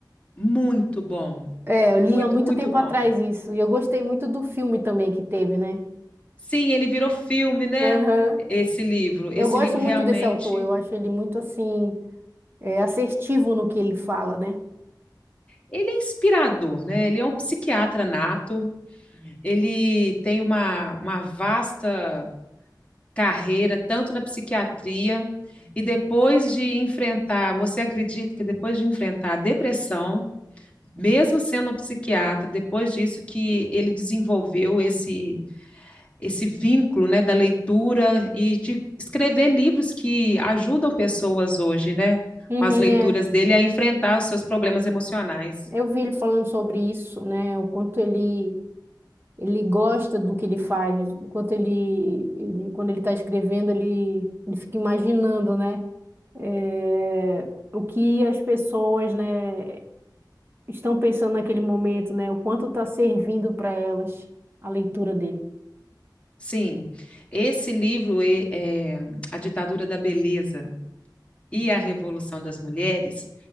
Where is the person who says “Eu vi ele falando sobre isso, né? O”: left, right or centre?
Right